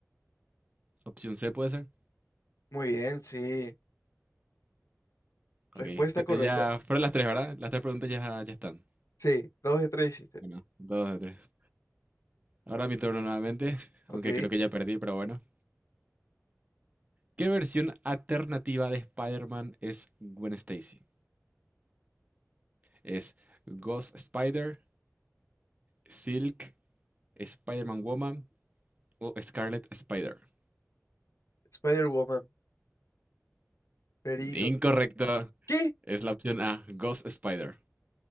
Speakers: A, on the right; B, on the left.
A: opción C puede ser.
B: Muy bien, sí. Respuesta
A: Ok. t-
B: correcta.
A: eh, Ya fueron las tres, ¿verdad? Las tres preguntas ya, ya están.
B: Sí, dos de tres hiciste.
A: Bueno, dos de tres. Ahora mi turno nuevamente, aunque
B: Ok.
A: creo que ya perdí, pero bueno. ¿Qué versión alternativa de Spider-Man es Gwen Stacy? ¿Es Ghost Spider, Silk, Spider-Man Woman o Scarlet Spider?
B: Spider-Woman. Perico.
A: Incorrecto.
B: ¿Qué?
A: Es la opción A, Ghost Spider.